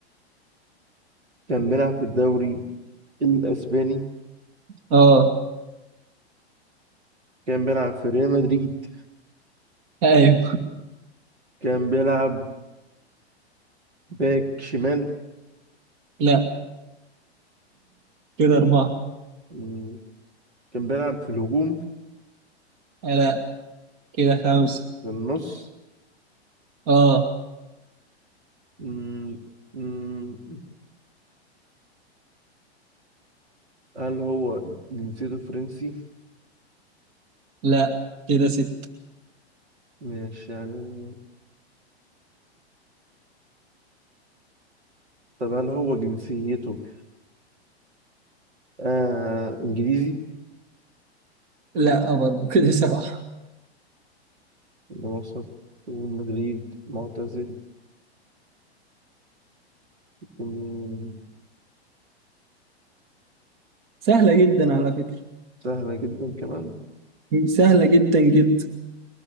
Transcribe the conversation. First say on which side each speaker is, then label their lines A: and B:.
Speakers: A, on the right; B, on the right.
A: كان بيلعب في الدوري الأسباني
B: اه
A: كان بيلعب في ريال مدريد
B: ايوه
A: كان بيلعب باك شمال
B: لا كده أربعة
A: مم. كان بيلعب في الهجوم
B: آه، لا كده خمسة
A: في النص
B: اه
A: مم. مم. هل هو جنسيته فرنسي؟
B: لا كده ستة
A: مش يعني طب هل هو جنسيته آه إنجليزي؟
B: لا برضه كده سبعة
A: من وسط مدريد معتزل مم،
B: سهلة جدا على فكرة
A: سهلة جدا كمان
B: سهلة جدا جدا